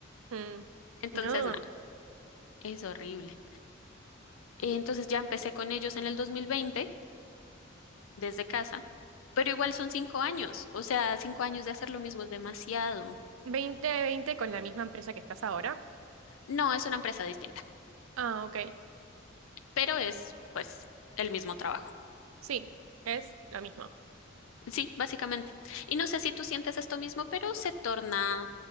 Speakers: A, on the right (about 85°); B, on the left (about 85°).
A: Mm,
B: entonces,
A: no.
B: nada, es horrible. Entonces ya empecé con ellos en el 2020 desde casa, pero igual son cinco años, o sea, cinco años de hacer lo mismo es demasiado.
A: veinte veinte con la misma empresa que estás ahora.
B: No, es una empresa distinta,
A: Ah, ok.
B: pero es pues el mismo trabajo.
A: Sí, es la misma.
B: Sí, básicamente. Y no sé si tú sientes esto mismo, pero se torna,